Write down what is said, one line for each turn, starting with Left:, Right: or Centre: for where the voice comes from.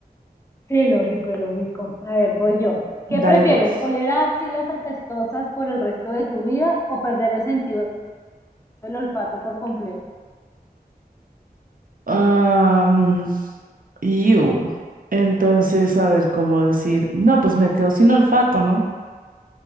Left: Sí, lógico, lógico. A ver, voy yo. ¿Qué
Right: Dale,
Left: prefieres?
Right: pues.
Left: ¿Oler a axilas apestosas por el resto de tu vida o perder el sentido del olfato por completo?
Right: Am, iu. Entonces, a ver cómo decir. No, pues me quedo sin olfato, ¿no?